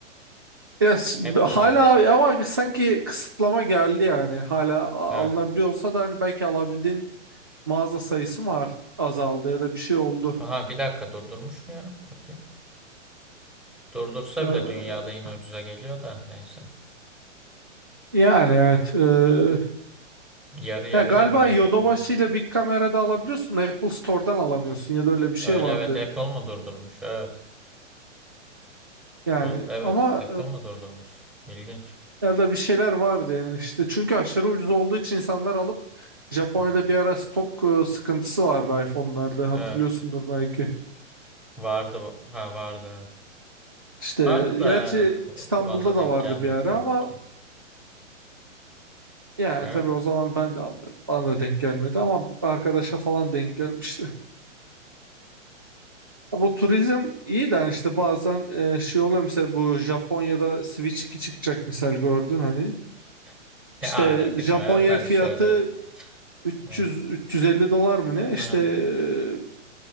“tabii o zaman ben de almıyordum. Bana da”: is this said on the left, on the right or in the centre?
Right